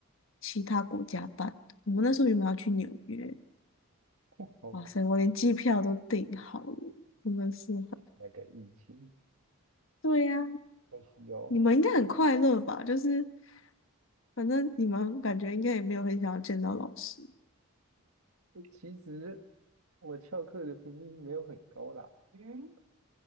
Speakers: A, on the left (about 60°); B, on the right (about 85°).
A: 其他国家办，我们那时候原本要去纽约，
B: 哦，
A: 哇塞，我连机票都订好了，真的是很，
B: 那个疫情，
A: 对呀、
B: 可惜哦。
A: 你们应该很快乐吧？就是反正你们感觉应该也没有很想要见到老师，
B: 诶其实我翘课的频率没有很高啦，嗯，